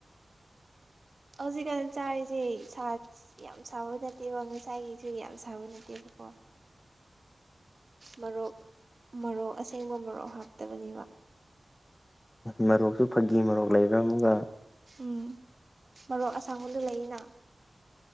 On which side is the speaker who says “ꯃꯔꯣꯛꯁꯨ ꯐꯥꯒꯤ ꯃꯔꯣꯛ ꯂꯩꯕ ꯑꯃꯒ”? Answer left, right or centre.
Left